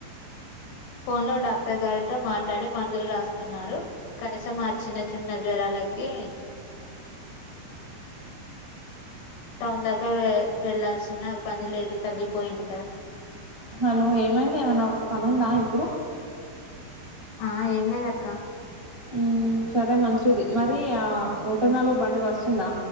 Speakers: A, on the left; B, on the right.
A: ఫోన్ లో డాక్టర్ గారితో మాట్లాడి మందులు రాస్తున్నారు కనీసం ఆ చిన్న చిన్న జ్వరాలకి టౌన్ దాకా వె వెళ్లాల్సిన పని లేదు తగ్గిపోయింది కదా
B: హలో ఏమైంది ఏమన్నా పనుందా ఇప్పుడు
A: ఆ ఏం లేదక్క.
B: ఊ సరే మంచిది మరి ఆ నూట నాలుగు బండి వస్తుందా!